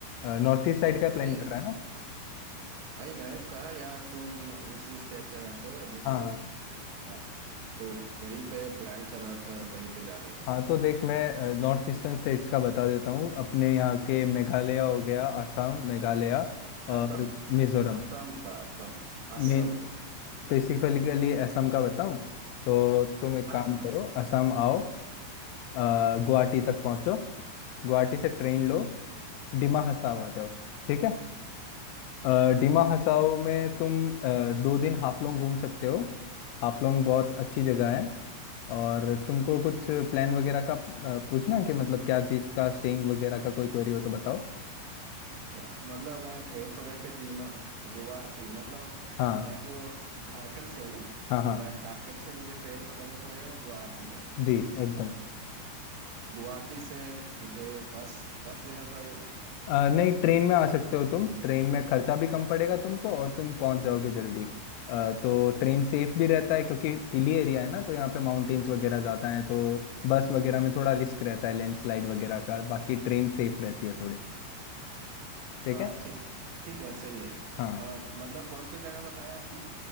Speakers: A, on the left; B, on the right.
A: नॉर्थ ईस्ट साइड का प्लान
B: भाई
A: कर रहा है ना
B: भाई मैंने तो कहा यार तुम उसी स्टेट पे रहते हो जैसे
A: हाँ हाँ
B: आ, तो वहीं पे प्लान कर रहा था वहीं पे जाने का
A: हाँ तो देख मैं नॉर्थ ईस्टर्न स्टेट्स का बता देता हूँ अपने यहाँ के मेघालय हो गया असम मेघालय और
B: असम
A: मिजोरम
B: असम का असम
A: मैं
B: असम पे
A: स्पेसिफिकली असम का बताऊँ तो तुम एक
B: हाँ
A: काम करो असम आओ अ, गुवाहाटी तक पहुँचो गुवाहाटी से ट्रेन लो डिमा हसाव आ जाओ ठीक है अ, डिमा हसाओ में तुम अ, दो दिन हाफलोंग घूम सकते हो हाफलोंग बहुत अच्छी जगह है और तुमको कुछ प्लान वगैरह का अ, पूछना है कि मतलब क्या चीज़ का स्टेइंग वगैरह का कोई क्वेरी हो तो बताओ
B: मतलब मैं ट्रेन पकड़ के दीमा गुवाहाटी मतलब
A: हाँ
B: मैं जो झारखंड से हूँ
A: हाँ
B: तो
A: हाँ
B: मैं झारखंड से मुझे ट्रेन पकड़ना पड़ेगा गुवाहाटी का
A: जी एकदम
B: गुवाहाटी से मुझे बस बस लेना पड़ेगा
A: अ, नहीं ट्रेन में आ सकते हो तुम ट्रेन में खर्चा भी कम पड़ेगा तुमको और तुम पहुंच जाओगे जल्दी अ, तो ट्रेन सेफ भी रहता है क्योंकि हिली एरिया है ना तो यहाँ पे माउंटेन्स वगैरह ज़्यादा हैं तो बस वगैरह में थोड़ा रिस्क रहता है लैंडस्लाइड वगैरह का बाकी ट्रेन सेफ रहती है थोड़ी ठीक
B: हाँ
A: है
B: छः ठीक है सही है
A: हाँ
B: अ, मतलब कौन सी जगह बताया आपने